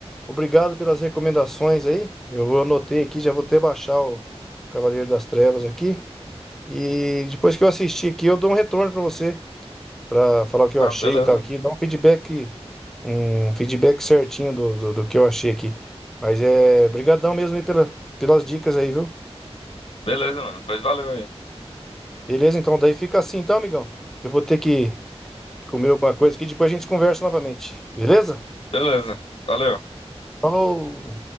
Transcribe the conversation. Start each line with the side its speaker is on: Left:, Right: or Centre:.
Centre: obrigado pelas recomendações aí. Eu anotei aqui, já vou até baixar o Cavaleiro das Trevas aqui. E depois que eu assistir aqui, eu dou um retorno pra você. para falar o que
Left: Ah,
Centre: eu achei
Left: beleza.
Centre: e tal aqui, dar um feedback, um feedback certinho do, do, do que eu achei aqui. Mas é, brigadão mesmo aí pela, pelas dicas aí, viu?
Left: Beleza, mano. Pois valeu aí.
Centre: Beleza, então daí fica assim, então, amigão. Eu vou ter que comer alguma coisa aqui, depois a gente conversa novamente. Beleza?
Left: Beleza. Valeu.
Centre: Falou!